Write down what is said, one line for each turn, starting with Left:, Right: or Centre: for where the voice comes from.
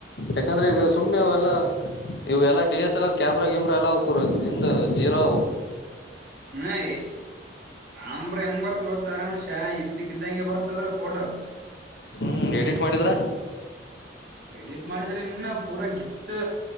Left: ಯಾಕಂದ್ರೆ ಈಗ ಸುಮ್ನೆ
Right: ಆಯ್ತಾಯ್ತ್
Left: ಎಲ್ಲಾ
Right: ಬರ್ರಿ
Left: ಇವು ಎಲ್ಲ T S L R camera ಗೇಮ್ರಾ ಎಲ್ಲ ಇ ಜೀರೋ
Right: ಹ ಅಂಬ್ರ ಹೆಂಗ್ ಬರ್ತ್ ಗೊತ್ತಾರನು ಶ್ಯ ಇದಕ್ಕ ಇದ್ದಂಗೆ ಬರ್ತದ್ರ ಪೋಟ
Left: ಹ್ಮ್ ಎಡಿಟ್ ಮಾಡಿದ್ರ
Right: ಎಡಿಟ್ ಮಾಡಿದ್ರೆ ಇನ್ನ ಪೂರಾ ಗಿಪ್ಸ